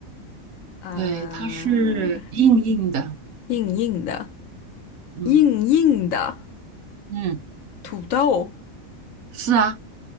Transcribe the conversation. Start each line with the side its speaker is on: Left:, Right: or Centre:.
Left: 嗯，
Right: 对，它是硬硬的，
Left: 硬硬的，
Right: 嗯
Left: 硬硬的
Right: 嗯，
Left: 土豆，
Right: 是啊，